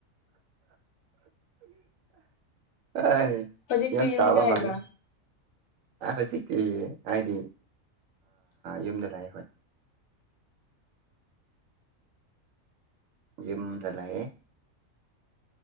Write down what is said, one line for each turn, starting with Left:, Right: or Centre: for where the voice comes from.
Right: ꯑ
Left: ꯍꯧꯖꯤꯛꯇꯤ
Right: ꯌꯥꯝ
Left: ꯌꯨꯝꯗ
Right: ꯆꯥꯕ
Left: ꯂꯩꯕ꯭ꯔꯥ
Right: ꯃꯥꯂ ꯍꯧꯖꯤꯛꯇꯤ ꯍꯥꯏꯗꯤ ꯌꯨꯝꯗ ꯂꯩꯑꯦ ꯍꯣꯏ ꯌꯨꯝꯗ ꯂꯩꯌꯦ